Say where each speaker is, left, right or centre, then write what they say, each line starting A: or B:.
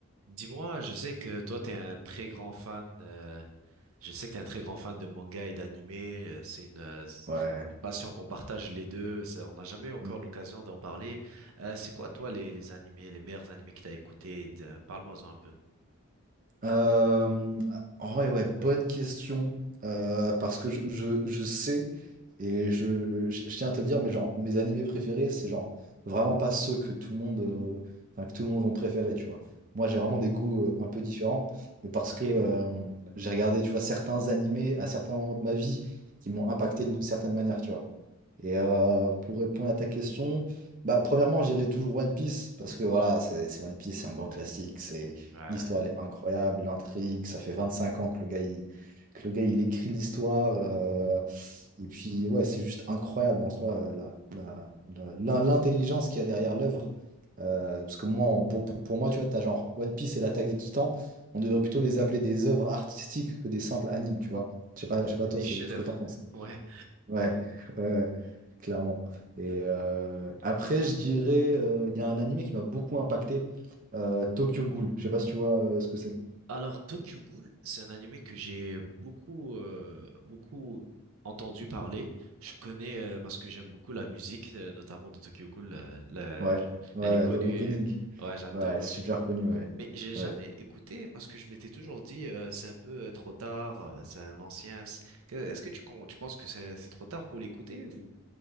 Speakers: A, on the right; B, on the right.
A: Dis-moi, je sais que toi, t'es un très grand fan, euh, je sais que t'es un très grand fan de manga et d'anime, euh, c'est une, euh, c'est
B: Ouais.
A: une passion qu'on partage les deux, ça, on n'a jamais eu encore
B: Mm.
A: l'occasion d'en parler. Euh, c'est quoi, toi, les, les animés, les meilleurs animés que t'as écoutés? de- Parle-moi-en un peu.
B: Euh, en vrai, ouais, bonne question. Euh, parce que je, je, je sais, et je, je, je tiens à te le dire, mais genre, mes animés préférés, c'est genre vraiment pas ceux que tout le monde, euh, enfin, que tout le monde vont préférer, tu vois. Moi, j'ai vraiment des goûts euh, un peu différents, mais parce
A: Ok.
B: que euh, j'ai regardé, tu vois, certains animés à certains moments de ma vie qui m'ont impacté d'une certaine manière, tu vois. Et euh, pour répondre à ta question, bah, premièrement, j'irai toujours One Piece parce que voilà, c'est c'est One Piece, c'est un grand classique, c'est
A: Ouais,
B: l'histoire elle est incroyable, l'intrigue, ça fait 25 ans que le gars il, que le gars, il écrit l'histoire euh, et puis ouais, c'est juste incroyable en soi euh, la, la- la- l'in- l'intelligence qu'il y a derrière l'œuvre Euh, parce que moi on- pour, pour, pour moi, tu vois, t'as genre One Piece et l'Attaque des Titans, on devrait plutôt les appeler des œuvres artistiques que des simples animes, tu vois. Je sais pas, je sais pas
A: c'est
B: toi
A: des
B: ce,
A: chefs-d'œuvre.
B: ce que t'en penses.
A: <laughs> Ouais.
B: Ouais, ouais, ouais, clairement. Et euh, après, je dirais, euh, il y a un animé qui m'a beaucoup impacté, euh, Tokyo Ghoul. Je sais pas si tu vois euh, ce que c'est.
A: Alors, Tokyo Ghoul, c'est un animé que j'ai beaucoup, euh, beaucoup entendu parler. Je connais euh, parce que j'aime beaucoup la musique, euh, notamment de Tokyo Ghoul. euh, la-
B: Ouais,
A: je-
B: ouais,
A: elle
B: ouais,
A: est connue.
B: l'o- l'opening.
A: Ouais, j'adore
B: Ouais,
A: l'opening.
B: super connu, ouais.
A: Mais j'ai
B: Ouais.
A: jamais écouté parce que je m'étais toujours dit euh, c'est un peu euh, trop tard, euh, c'est un ancien. c'est- que- Est-ce que tu, con- tu penses que c'est c'est trop tard pour l'écouter ou?